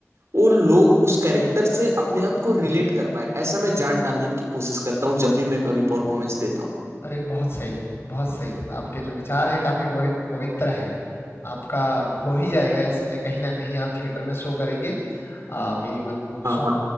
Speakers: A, on the right (about 60°); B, on the left (about 50°).
A: वो लोग उस कैरेक्टर से अपने आप को रिलेट कर पाए ऐसा मैं जान डालने की कोशिश करता हूँ जब भी मैं कभी परफॉर्मेंस देता हूँ
B: अरे बहुत सही बहुत सही आपके जो विचार हैं काफी वो पवित्र हैं आपका हो ही जाएगा ऐसे में कहीं ना कहीं आप थिएटर में शो करेंगे आ, मेरी मन शुभ
A: हाँ हाँ